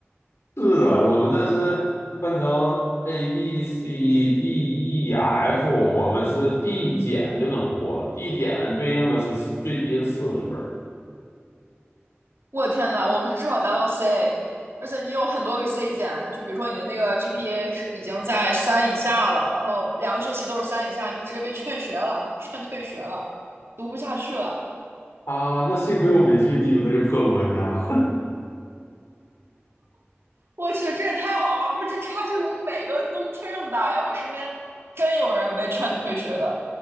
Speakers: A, on the left (about 80°); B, on the right (about 65°).
A: 是的，我们这是分成 A B C D E F，我们是递减就能过，递减对应的是最低是四十分儿
B: 我的天呐，我们是至少达到 C，而且你有很多个 C 减，就比如说你的那个 GPA 是已经在三以下了，然后两个学期都是三以下，你就直接被劝学了，<laughs> 劝退学了，读不下去了。
A: 啊。那幸亏我没去你们那个破国家，
B: 我去，这也太好了！不是这差距怎么每个都贴这么大呀？我身边真有人被劝退学的，